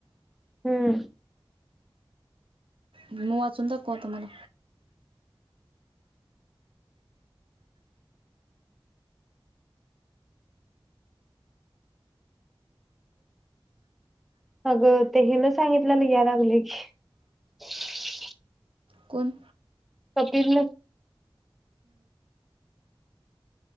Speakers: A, in the centre; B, on the right.
A: हम्म
B: मंग वाचून दाखव आता मला
A: अगं ते हीन सांगितल्याल यायलोय की
B: कोण
A: कपिला